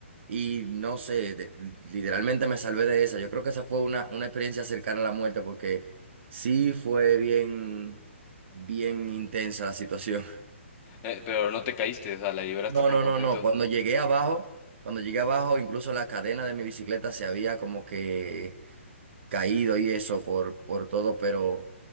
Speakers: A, on the right (about 60°); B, on the left (about 25°).
A: Y no sé, de- literalmente me salvé de esa. Yo creo que esa fue una, una experiencia cercana a la muerte porque sí fue bien, bien intensa la situación. <laughs>
B: eh, pero no te caíste, o sea, la liberaste
A: No,
B: por
A: no,
B: completo,
A: no, no. Cuando llegué abajo, cuando llegué abajo, incluso la cadena de mi bicicleta se había como que caído y eso por, por todo, pero